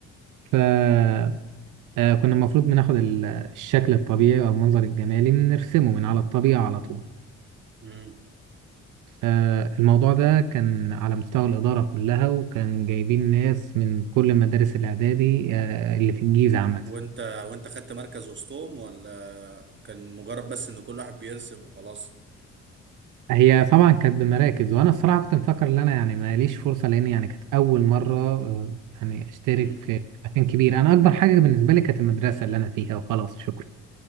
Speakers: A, on the right; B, on the right.
A: فكنا المفروض بناخد ال- الشكل الطبيعي أو المنظر الجمالي بنرسمه من على الطبيعة على طول
B: مم.
A: فالموضوع ده كان على مستوى الإدارة كلها وكان جايبين ناس من كل مدارس الإعدادي آه، اللي في الجيزة عامة
B: وانت وانت خدت مركز وسطهم ولا كان مجرد بس ان كل واحد بيرسم وخلاص
A: هي طبعا كانت بمراكز وانا الصراحه كنت مفكر ان انا يعني ماليش فرصه لان يعني كانت اول مره آه، يعني اشترك
B: امم
A: في في مكان كبير انا اكبر حاجه بالنسبه لي كانت المدرسه اللي انا فيها وخلاص شكرا